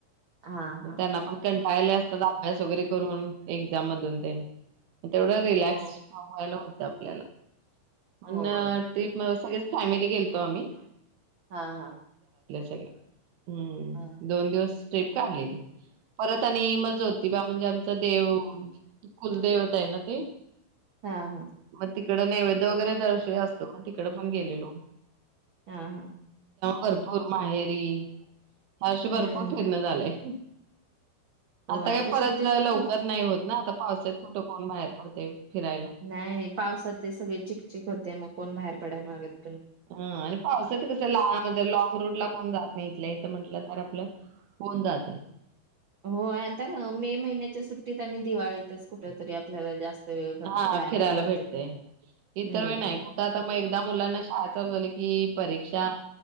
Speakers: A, on the right; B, on the right.
A: हा हा
B: मग त्यांना पण कन टायले असतात अभ्यास वगैरे करून एक ज्यामधून तेन तेवढं रिलॅक्स
A: हो
B: व्हायला होत. तपल्याला म्हणनं
A: हो
B: ट्रीप म सग फॅमिली गेलतो आम्ही
A: हा हा.
B: <unintelligible> हम्म
A: हा
B: दोन दिवस स्ट्रीप काढलेली परत आणि मजा होती बा म्हणजे आमच देव कुलदेवता आहे ना ते.
A: हा हा.
B: मग तिकडं नैवेद वगैरे तर असत मग तिकड पण गेलेलो.
A: हा हा.
B: भरपूर माहेरी हर्षी
A: हम्म
B: भरपूर फिरण झालंय.
A: होय
B: आता काय
A: सुट्टीत
B: परत जाय
A: तर
B: लवकर
A: फिर
B: नाही होत ना आता पावस कुठं कोण बाहेर पडते. फिरायला.
A: नाही नाही. पावसात ते सगळे चिकचिक होते मग कोण बाहेर पडाय मगत
B: हा आणि पाऊस आहेेत कस ला म लॉग रूट ला कोण जात नाही इथल्या इथं म्हटलं तर आपलं कोण जात आहे.
A: हो आता मे महिन्याच्या सुट्टीत आणि दिवाळीतच कुठ तरी आपल्याला जास्त वेळ भ-
B: हा
A: जायला
B: फिरायला
A: भेटते
B: भेटतय
A: हम्म
B: इतर वेळ नाही कुठं आता मग एकदा मुलांना शाळाच झालं की परीक्षा